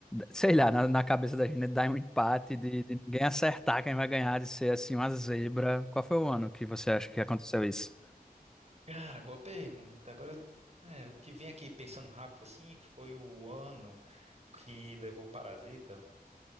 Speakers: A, in the centre; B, on the right.
A: sei lá, na, na cabeça da gente né, dar um empate, de, de ninguém acertar quem vai ganhar, de ser, assim, uma zebra. Qual foi o ano que você acha que aconteceu isso?
B: Cara, boa pergunta. Agora, é, o que vem aqui pensando rápido assim foi o ano que levou o Parasita.